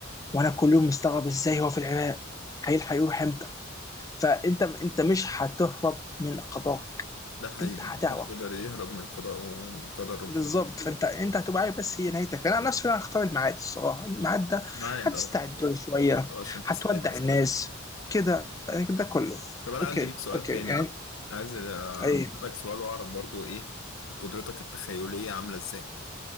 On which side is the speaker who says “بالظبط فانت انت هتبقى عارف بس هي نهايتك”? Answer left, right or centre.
Left